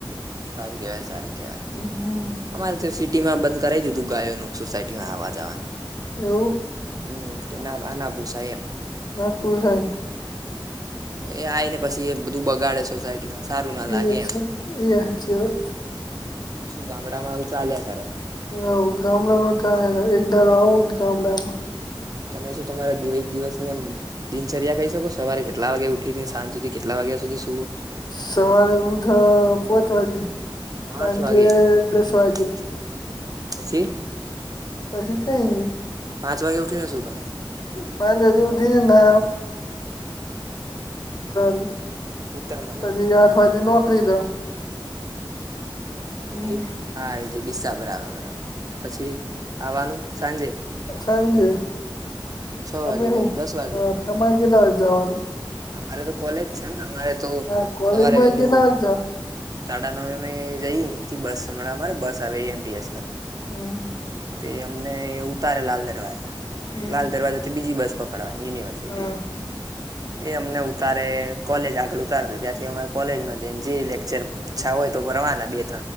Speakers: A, on the right; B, on the left.
A: સારું કેવાય સારું કેવાય.
B: હમ્મ.
A: અમારે તો સિટીમાં બંધ કરાવી દીધું ગાયોનું સોસાયટીમાં આવવા જવાનું.
B: એવુ.
A: હમ કે ના આ ના પોસાય એમ.
B: નાજ પોસાય ને.
A: એ આય ને પછી એ બધું બગાડે સોસાયટીમાં સારું ના લાગે
B: એ
A: એમ.
B: એ હાચી વાત.
A: શું ગામડામાં આવું ચાાલ્યા કરે.
B: હ ગામડામાં તો એક દાર આવો ગામડામાં.
A: તમે શું તમારા એક દિવસ ની એમ દિનચર્યા કઈ શકો સવારે કેટલા વાગે ઉઠી સાંજ સુધી કેટલા વાગ્યા સુધી સુુવો?
B: સવારે ઉઠ પોચ વાગે.
A: પાંચ
B: સાંજે
A: વાગે
B: દસ વાગે
A: <unintelligible> પછી?
B: પછી કઈ નહી.
A: પાંચ વાગે ઉઠીને શું કરો?
B: પાંચ વાજે ઉધી ને <unintelligible>
A: ખેતરમાં
B: પછી
A: જઈએ
B: આઠ વાગે નોકરી તો હમ્મ.
A: તકરીબ હા એજ ડીસા બરાબર બરાબર પછી આવવાનું સાંજે?
B: સાંજે
A: છ
B: તમે
A: વાગે
B: શું
A: કે દસ વાગે
B: તમારે કેટલા જવાનું?
A: અમારે તો કોલેજ છે ને અમારે તો
B: હા કોલેજમાં
A: સવારે વેલું
B: કેટલા વાગે જાવ
A: સાડા નવ મેમે જઈ અથી બસ હણા અમારે બસ આવે એમટી આજકાલ
B: હમ્મ.
A: તે અમને ઉતારે લાલ દરવાજા
B: હમ
A: લાલ દરવાજાથી બીજી બસ પકડવાની યુનિવર્સિટી.
B: હા
A: એ અમને ઉતારે કોલેજ આગળ ઉતાર ત્યાંથી અમારે કોલેજમાં જઈને જે લેક્ચર અચ્છા હોય તો ભરવાના બે